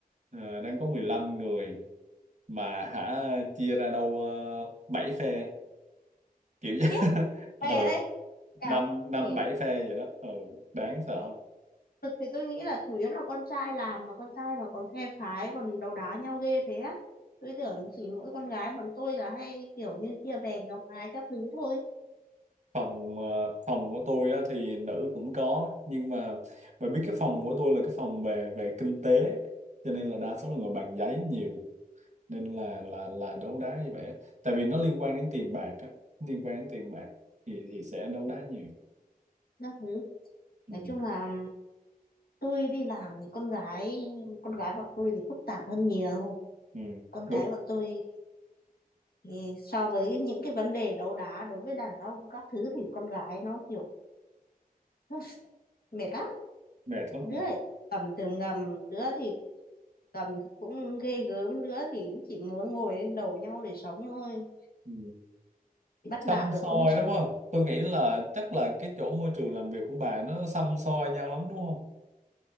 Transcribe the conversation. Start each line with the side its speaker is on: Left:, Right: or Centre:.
Right: ờ, đang có 15 người mà hả chia ra đâu uh, 7 phe kiểu <laughs> vậy.
Left: Khiếp,
Right: ừ
Left: về đây. À,
Right: năm năm
Left: kể
Right: bảy phe vậy đó ừ đáng sợ không
Left: thực thì tôi nghĩ là chủ yếu là con trai làm mà con trai mà còn phe phái, còn đấu đá nhau ghê thế á. Tôi tưởng chỉ mỗi con gái bọn tôi là hay kiểu như kia bè gặp phái các thứ thôi.
Right: phòng ờ, phòng của tôi á, thì nữ cũng có nhưng mà bà biết cái phòng của tôi là cái phòng về về kinh tế cho nên là đa số là ngồi bàn giấy nhiều nên là là là đấu đá như vậy á. tại vì nó liên quan đến tiền bạc á liên quan đến tiền bạc thì thì sẽ đấu đá nhiều
Left: Các thứ.
Right: ừ
Left: Nói chung là tôi đi làm thì con gái con gái bọn tôi thì phức tạp hơn nhiều
Right: ừ
Left: con gái
Right: đúng
Left: bọn tôi thì so với những cái vấn đề đấu đá đối với đàn ông các thứ thì con gái nó kiểu <laughs> mệt lắm
Right: mệt lắm
Left: đứa
Right: hả
Left: thì cầm từ ngầm đứa thì cầm thì cũng ghê gớm đứa thì cũng chỉ muốn ngồi lên đầu nhau để sống thôi
Right: ừ.
Left: bắt
Right: xăm
Left: nạt ở
Right: soi
Left: công
Right: đúng không tôi nghĩ là chắc là cái chỗ môi trường làm việc của bà nó xăm soi nhau lắm đúng không